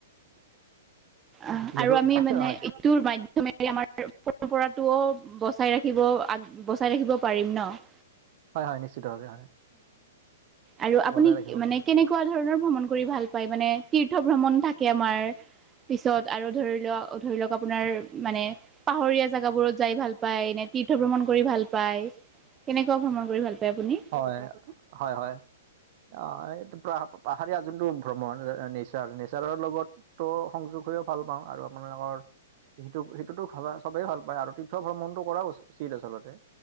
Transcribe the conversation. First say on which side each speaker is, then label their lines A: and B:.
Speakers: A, on the right; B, on the right.
A: অ',
B: যিহেতু
A: আৰু আমি মানে
B: হয়
A: ইটোৰ মাধ্যম <unintelligible> আমাৰ পৰম্পৰাটোও বচাই ৰাখিব আগ বচাই ৰাখিব পাৰিম ন'?
B: হয়', হয়' নিশ্চিতভাৱে হয়।
A: আৰু আপুনি
B: বজাই ৰাখিব
A: মানে
B: পাৰো।
A: কেনেকুৱা ধৰণৰ ভ্ৰমণ কৰি ভাল পায়? মানে তীৰ্থ ভ্ৰমণ থাকে আমাৰ পিছত আৰু ধৰি লোৱা ধৰি লওঁক আপোনাৰ মানে পাহৰীয়া জেগাবোৰত যাই ভাল পায় নে? তীৰ্থ ভ্ৰমণ কৰি ভাল পায়? কেনেকুৱা ভ্ৰমণ কৰি ভাল পায় আপুনি?
B: হয়', হয়', হয়'। অ', এইটো পা পাহাৰীয়া যোনটো ভ্ৰমণ নেচাৰ নেচাৰৰ লগত ত' সংযোগ হৈও ভাল পাওঁ, আৰু আপোনালোকৰ সেইটো সেইটোতো ভালে চবেই ভাল পায়, আৰু তীৰ্থ ভ্ৰমণটো কৰাও উচিত আচলতে,